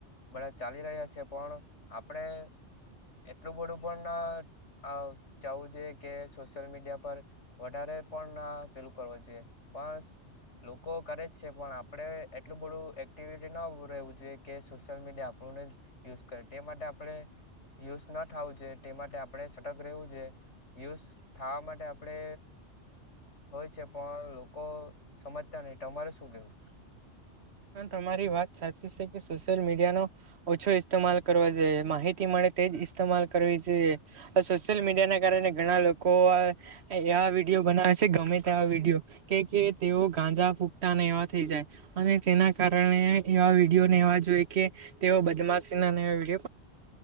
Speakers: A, on the left; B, on the right.
A: બધા ચાલી રહ્યા છે પણ આપણે એટલું બધું પણ ચાવું છે કે સોશિયલ મીડિયા પર વધારે પણ પેલું કરવું જોઈએ પણ લોકો કરે જ છે પણ આપડે એટલું બધું એક્ટિવિટી ન રહેવું જોઈએ કે સોશિયલ મીડિયા આપડ યુ કરે તે માટે આપણે યુઝ ના થાવું છે તે માટે આપણે સટક રહેવું જો યુઝ થાવા માટે આપડે હોય છે પણ લોકો સમજતા નહ તમારે શું કેવું
B: તમારી વાત સાચી છે કે સોશિયલ મીડિયા નો ઓછો ઇસ્તેમાલ કરવા જોઈએ માહિતી મળે તેજ ઇતેમાલ કરવી છે સોશિયલ મીડિયા ના કારણે ઘણા લોકો આ વિડીયો બનાવેશે ગમે તે આ વિડીયો કે કે તેઓ ગાંજા ફૂકતા ને એવા થઈ જાય અને તેના કારણે એવા વિડીિયોનેવા જોઈ કે તેઓ બદમાશના વિડીયો